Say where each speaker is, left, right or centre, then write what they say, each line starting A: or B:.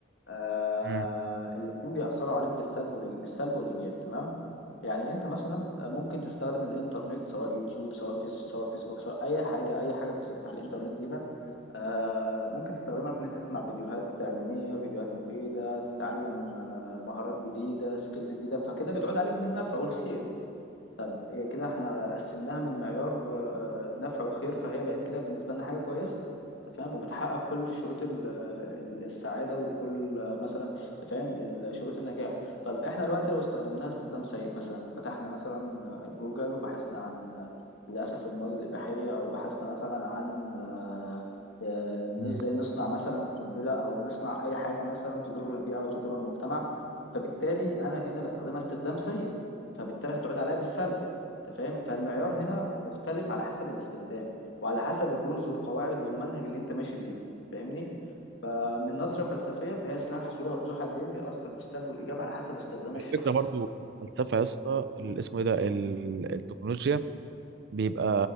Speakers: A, on the left; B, on the right.
A: آه
B: مم.
A: الاتنين بيأثروا عليك بالسلب والإي- بالسلب والإيجاب تمام يعني أنت مثلا آه، ممكن تستخدم الإنترنت سواء يوتيوب سواء فيس سواء فيسبوك سواء أي حاجة أي حاجة بتفتح الإنترنت بيها آه، ممكن تستخدمها في إن أنت تسمع فيديوهات علمية فيديوهات مفيدة تتعلم آه، مهارات جديدة سكيلز جديدة فكده بتعود عليك بالنفع والخير إيه كده احنا قسمناها من معيار آه، نفع وخير فهي بقت كده بالنسبة لنا حاجة كويسة انت فاهم وبتحقق كل شروط ال- ال- السعادة وكل آه، مثلا انت فاهم ال- شروط النجاح طب احنا دلوقتي لو استخدمناها استخدام سيء مثلا فتحنا مثلا جوجل وبحثنا عن آه، للأسف المواد الإباحية أو بحثنا مثلا عن آه، آه، إن
B: مم.
A: ازاي نصنع مثلا قنبلة أو نصنع أي حاجة مثلا تضر البيئة أو تضر المجتمع فبالتالي أنا هنا بستخدمها استخدام سيء فبالتالي هتعود عليا بالسلب انت فاهم فالمعيار هنا مختلف على حسب الاستخدام وعلى حسب الرولز والقواعد والمنهج اللي انت ماشي بيه فاهمني فمن نظرة فلسفية فهي سلاح ذو ذو حدين بيأثر بالسلب والإيجاب على حسب استخدام الشخص
B: على فكرة برضو الفلسفة يا اسطى ال- اسمه ايه ده ال- التكنولوجيا بيبقى